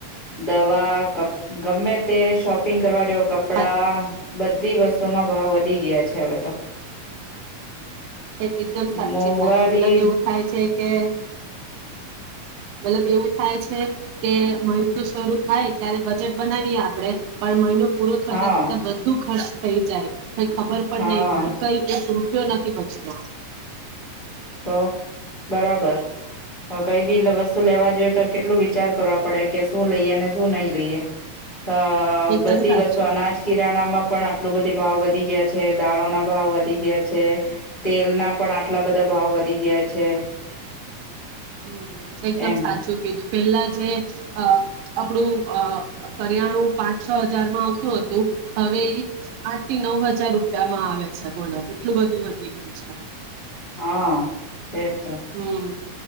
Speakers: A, on the left (about 25°); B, on the right (about 80°).
A: દવા ગમે તે શોપિંગ કરવા જાવ કપડા
B: સાચું.
A: બધી વસ્તુઓમાં ભાવ વધી ગયા છે હવે તો
B: એ એકદમ સાચી
A: મોંઘવારી
B: વાત છે મતલબ એવું થાય છે કે મતલબ એવું થાય છે કે મહિનો શરૂ થાય ત્યારે બજેટ બનાવીએ આપડે પણ મહિનો પૂરો થતા
A: હા
B: ત્યા બધું ખર્ચ થ જાય કઈ ખબર પણ
A: હા
B: નહી પડે કઈ ઉપપ નથી પછી તો
A: તો બરાબર હ કઈ બી લસ લેવા જોઈએ તો કેટલું વિચાર કરવા પડે કે શું લઈએ અને શું નહી લઈએ અ
B: એકદમ
A: બધી
B: સાચું
A: વસ્તુ અનાજ કિરાણામાં પણ આટલું બધી ભાવ વધી ગયા છે દાળો ના ભાવ વધી ગયા છે તેલના પણ આટલા બધા બધા ભાવ વધી ગયા છે.
B: હમ એકદમ
A: એમ
B: સાચું કીધું. પેલા જે આપણું કરિયાણું પાંચ છ હજારમાં આવતું હતું હવે આઠ થી નવ હજાર રૂપિયામાં આવે છે બોલો એટલું બધું વધી ગયું છે
A: હા. તે તો
B: હમ